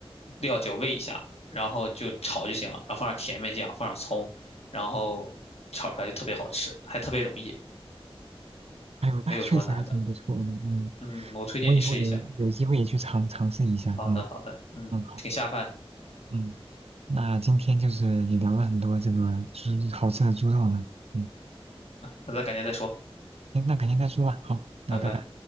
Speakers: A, on the left (about 80°); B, on the right (about 75°).
A: 料酒煨一下，然后就炒就行了，然后放上甜面酱，放上葱，然后炒出来就特别好吃，还特别容易，
B: 哎呦，
A: 没有什么难的。
B: 那确实还挺不错的。嗯，
A: 嗯，我推荐你试一下。
B: 我以后也有机会也去尝尝试一下。
A: 好的，
B: 嗯
A: 好的，嗯，
B: 嗯，好，
A: 挺下饭的，
B: 嗯，那今天就是也聊了很多这个猪好吃的猪肉呢。嗯，
A: 那咱改天再说，
B: 行，那改天再说吧。好，那拜拜。
A: 拜拜。